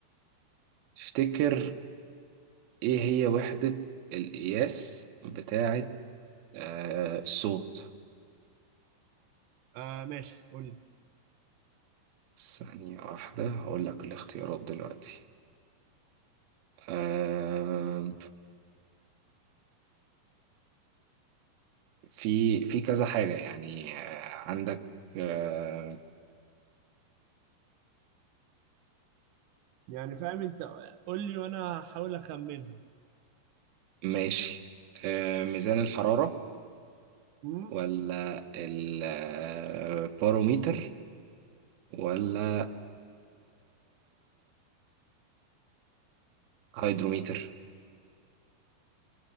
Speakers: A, on the right; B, on the right.
A: افتكر إيه هي وحدة القياس بتاعة آه، الصوت
B: أه... ماشي قول لي
A: ثانية واحدة هقول لك الاختيارات دلوقتي آم، في في كذا حاجة يعني آه، عندك آه،
B: يعني فاهم انت قول لي وانا هحاول اخمنها
A: ماشي آه، ميزان الحرارة
B: مم.
A: ولا الباروميتر ولا الهيدروميتر